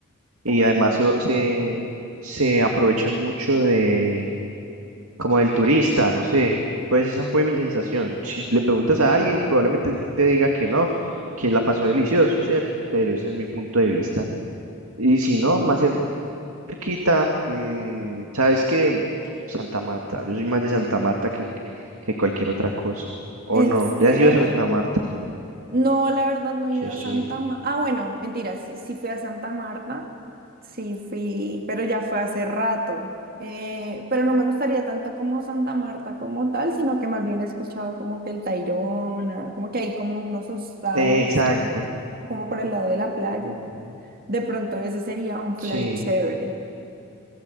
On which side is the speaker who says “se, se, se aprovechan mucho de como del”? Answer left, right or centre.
Right